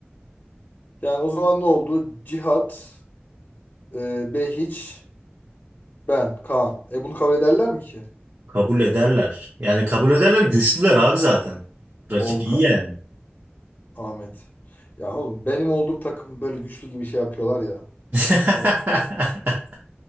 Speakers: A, on the left (about 45°); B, on the right (about 65°).
A: Yani o zaman ne oldu? Cihat, eee, Behiç, ben, Kaan. E bunu kabul ederler mi ki?
B: Kabul ederler. Yani kabul ederler güçlüler abi zaten. Rakip
A: Volkan,
B: iyi yani.
A: Ahmet. Ya oğlum benim olduğum takım böyle güçlü gibi şey yapıyorlar ya.
B: <laughs>
A: Ona-